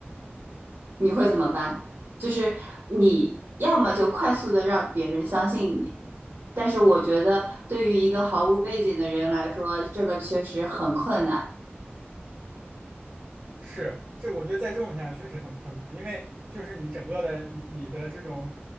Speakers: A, on the right; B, on the right.
A: 你会怎么办？就是你要么就快速的让别人相信你，但是我觉得对于一个毫无背景的人来说，这个确实很困难。
B: 是，这我觉得在这种情况下确实很困难，因为就是你整个的你你的这种